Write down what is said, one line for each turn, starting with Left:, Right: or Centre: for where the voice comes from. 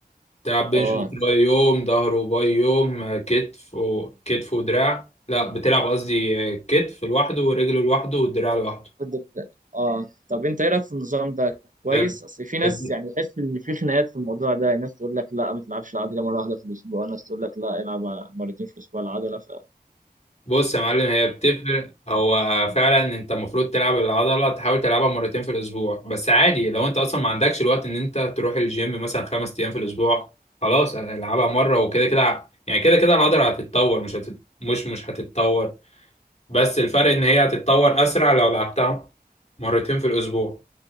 Left: تلعب بنش
Right: اه
Left: وتراي يوم ظهر وباي يوم آه، كتف وكتف ودراع لا بتلعب قصدي آه، كتف لوحده ورجل لوحده والدراع لوحده
Right: كنت- اه طب انت ايه رايك في النظام ده كويس
Left: حلو
Right: اصل في ناس
Left: الد-
Right: يعني تحس ان في خناقات في الموضوع ده ناس تقول لك لا ما تلعبش العضله مره واحده في الاسبوع ناس تقول لك لا العب مرتين في الاسبوع العضله ف
Left: بص يا معلم هي بتفرق هو فعلا انت المفروض تلعب العضله تحاول تلعبها مرتين في الاسبوع بس عادي لو انت اصلا ما عندكش الوقت ان انت تروح الجيم مثلا خمس ايام في الاسبوع خلاص العبها مره وكده كده يعني كده كده العضله هتتطور مش هتت... مش مش هتتطور بس الفرق ان هي هتتطور اسرع لو لعبتها مرتين في الاسبوع